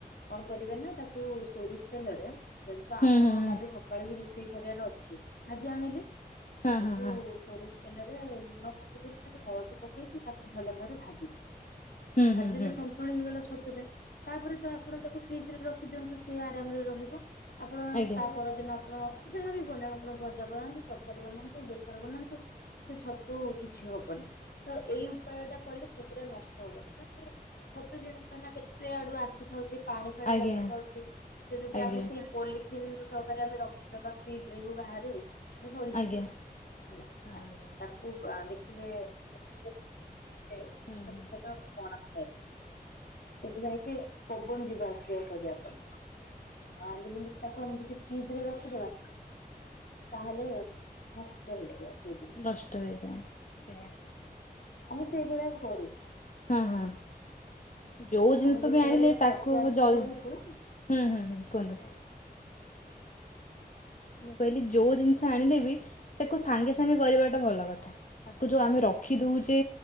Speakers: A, on the left (about 75°); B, on the left (about 50°).
A: କଣ କରିବେନା ତାକୁ ସୋରିଷ ତେଲରେ ଯ ତ
B: ହୁଁ
A: ଆପଣ
B: ହୁଁ ହୁଁ
A: କାଲି ସକାଳେବି ରୋଷେଇ ଘରିବାରେ ଅଛି ଆଜି ଆଣିଲେ
B: ହଁ
A: ତାକୁ
B: ହଁ ହଁ
A: ସୋରି ତେଲରେ ଲୁଣ ପକେଇବେନି ଖଲି ହଳଦୀ ପକେଇକି ତାକୁ ଭଲ ଭାବରେ ଭାଜିବେ
B: ହୁଁ
A: ଭାଜିଲେ
B: ହୁଁ ହୁଁ
A: ସନ୍ତୁ ତୁଣି ହେଇଗଲା ଛତୁଟା ତାପରେତ ଆପଣ ତାକୁ ଫ୍ରିଜରେ ରଖିଦିଅନ୍ତୁ ସିଏ ଆରାମରେ ରହିବ। ଆପଣ
B: ଆଜ୍ଞା
A: ତା ପରଦିନ ଆପଣ ଯାହାବି ବନେଇବେ ଆପଣ ଭଜା ବନାନ୍ତୁ ତରକାରୀ ବନାନ୍ତୁ ବେସର ବନାନ୍ତୁ ସେ ଛତୁ କିଛି ହବନି ତଏଇ ଉପାୟଟା କଲେ ଛତୁଟା ନଷ୍ଟ ହବନି। ଛତୁ ଜିନିଷଟା କେତେ ଆଡ଼ୁ ଆସି ଉ ପାଣି ଫାଣି
B: ଆଜ୍ଞା
A: ବାଜିଥାଉଛି ସେ ଯଦି
B: ଆଜ୍ଞା
A: ଆମେ ସେଇ ପଲିଥିିନ ସହକରେ ଆମେ ର ରଖିଦବା ଫ୍ରିଜରେ ହଉ ବାହରେ ହଉ ସଢଯିବ
B: ଆଜ୍ଞା
A: ହେଲା
B: ହଁ ଆଜ୍ଞା
A: ତାକୁ ଦେଖିଥିବେ <unintelligible>
B: ହୁଁ
A: ଛୋଟ
B: ହୁଁ
A: ଛୋଟ କଣାଥାଏ ସେଥିପାଇଁକି ପବନ ଯିବା ଆସିବା କରିବା ପାଇଁ। ହଁ ଯେମିତି ତାକୁ ଆମେ ଯଦି ଫ୍ରିଜରେ ରଖିଦବା ତାହେଲେ ନଷ୍ଟ ହେଇଯିବ ସେଇ ଜିନିଷଟା
B: ନଷ୍ଟ ହେଇଯାଏ ସେଇୟା
A: ଆମେ ସେଇଭଳିଆ କରୁ।
B: ହୁଁ ହୁଁ। ଯୋଉ ଜିନିଷବି
A: ଆମେ ଯେତେବେଳେ
B: ଆଣିଲେ ତାକୁ
A: ଛତୁ ଆସେ
B: ଜଲ
A: ଘରକୁ
B: ହୁଁ ହୁଁ ହୁ କୁହନ୍ତୁ। ମୁଁ କହିଲି ଯୋଉ ଜିନିଷ ଆଣିଲେବି ତାକୁ ସାଙ୍ଗେ ସାଙ୍ଗେ କରିବାଟା ଭଲ କଥା। ତାକୁ ଯୋଉ ଆମେ ରଖିଦଉ ଯେ